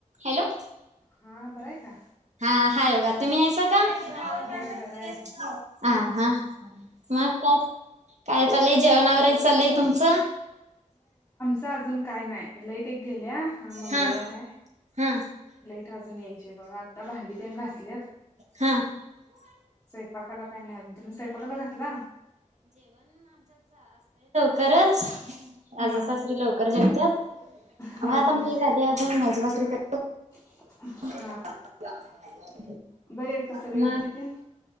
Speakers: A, on the right; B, on the left.
A: Hello.
B: हां बरंय का.
A: हा हाय बघा तुम्ही हायसा. <unintelligible>
B: होय बरं आहे.
A: आ हा मग काय काय चाललंय जेवण आवरायचं चाललंय तुमच.
B: इथं अजून काय नाही लाईट इट एक गेल्या आन मंगळवार
A: हा
B: हाय.
A: हा
B: लाईट अजून यायचीय बघा आत्ता भांडी त्येन घासलीयात
A: हा
B: स्वयंपाकाला काय नाही अजून तुम्ही स्वयंपाकाला घातला.
A: खरंच
B: हा
A: आजा सासरे लवकर जेवत्यात.
B: हा
A: व्हय आता
B: हा
A: आमटी झालीये अजून माझी भाकरी कर
B: <unintelligible>
A: अप ला <unintelligible>
B: बरे आहेत का सगळे
A: मग
B: दिदी तेन?